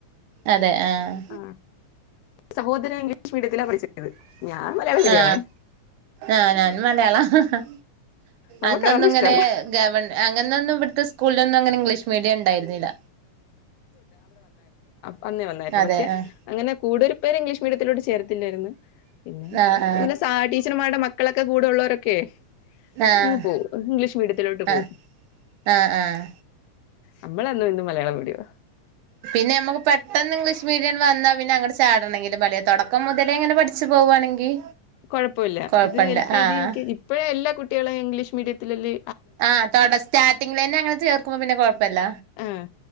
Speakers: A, on the right (about 85°); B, on the left (about 85°).
A: അതെ ആഹ്
B: ആ സഹോദരൻ ഇംഗ്ലീഷ് മീഡിയത്തിലാ പഠിച്ചത്. ഞാൻ മലയാളം മീഡിയമാണ്
A: ആ ആ ഞാൻ മലയാളാ ഹ ഹ
B: നമുക്ക്
A: അന്നൊന്നുങ്ങനെ
B: അതൊന്നും ഇഷ്ടമല്ല
A: ഗവൺ അങ്ങനൊന്നും ഇവ ടത്തെ സ്കൂളിലൊന്നും അങ്ങനെ ഇംഗ്ലീഷ് മീഡിയം ഉണ്ടായിരുന്നില്ല.
B: വന്നേ വന്നായിരുന്നു.
A: അതെ
B: പക്ഷെ
A: ആഹ്
B: അങ്ങനെ കൂടുതൽ പേരും ഇംഗ്ലീഷ് മീഡിയത്തിലോട്ട് ചേർത്തില്ലായിരുന്നു. പിന്നെ
A: ആഹ്
B: വല്ല സ ടീച്ചർമാരുടെ മക്കളൊക്കെ കൂടെ ഉള്ളവരൊക്കെ
A: ആഹ് ആഹ്
B: ഇന്ന് പോവും. ഇംഗ്ലീഷ് മീഡിയത്തിലോട്ട് പോവും.
A: ആഹ് ആഹ് ആഹ്
B: നമ്മളന്നും ഇന്നും മലയാളം മീഡിയാ.
A: പിന്നെ നമുക്ക് പെട്ടന്ന് ഇംഗ്ലീഷ് മീഡിയം വന്നാ പിന്നെ അങ്ങട് ചാടണെങ്കിലും പറ്റില്ല. തുടക്കം മുതലേങ്ങനെ പഠിച്ചു പോ പോവാണെങ്കി
B: കുഴപ്പോല്ല
A: കൊഴപ്പല്ല
B: ഇത് എൽ കെ
A: ആഹ്
B: ജി, യു കെ ജി ഇപ്പഴാ എല്ലാ കുട്ടികളേം ഇംഗ്ലീഷ് മീഡിയത്തിലല്
A: ആ തൊട സ്റ്റാർട്ടിങ്ങിലന്നെ അങ്ങനെ ചേർക്കുമ്പോ പിന്നെ കൊഴപ്പല്ല.
B: ആഹ്